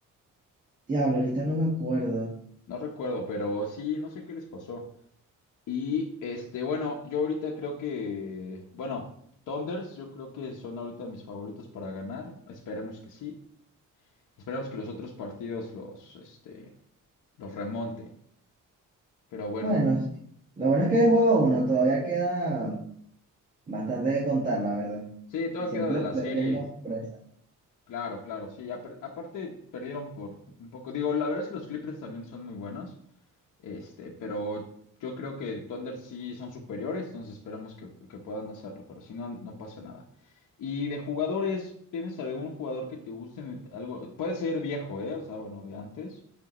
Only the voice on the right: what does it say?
diablo, ahorita no me acuerdo.
Bueno, sí. Lo bueno es que es el juego uno, todavía queda bastante que contar, la verdad.
Y siempre
los
playoffs
vienen con sorpresa.